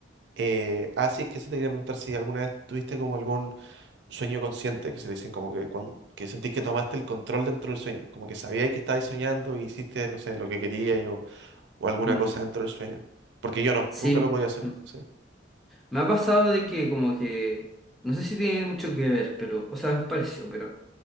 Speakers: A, on the right; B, in the centre.
A: Eh, ah, sí, es que eso te quería preguntar si alguna vez tuviste como algún sueño consciente, que se dicen como que, cuan- que sentís que tomaste el control dentro del sueño, como que sabías que estabais soñando y hiciste, no sé, lo que querías o alguna
B: Mm,
A: cosa dentro del sueño. Porque yo no,
B: sí,
A: nunca lo podía hacer.
B: mm.
A: Sí.
B: me ha pasado de que como que, no sé si tiene mucho que ver, pero, o sea, me pareció, pero...